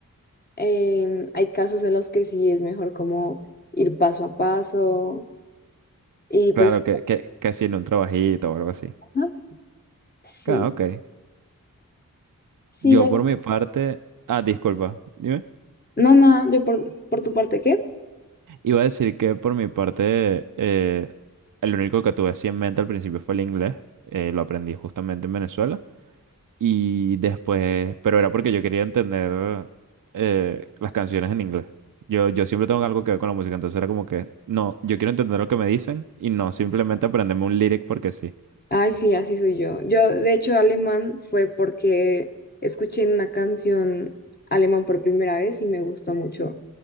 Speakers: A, on the left; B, on the right.
A: em, hay casos en los que sí es mejor como ir paso a paso y pues
B: Claro, que, que, que si en un trabajito o algo así.
A: ajá, sí,
B: Ah, ok.
A: sí,
B: Yo
A: es-
B: por mi parte, ah, disculpa, dime.
A: no, nada, yo por, por tu parte, ¿qué?
B: Iba a decir que por mi parte, eh, el único que tuve así en mente al principio fue el inglés. Eh, lo aprendí justamente en Venezuela. Y después, pero era porque yo quería entender eh, las canciones en inglés. Yo, yo siempre tengo algo que ver con la música, entonces era como que, no, yo quiero entender lo que me dicen y no simplemente aprenderme un lyric porque sí.
A: Ay, sí, así soy yo. Yo, de hecho, alemán fue porque escuché una canción alemán por primera vez y me gustó mucho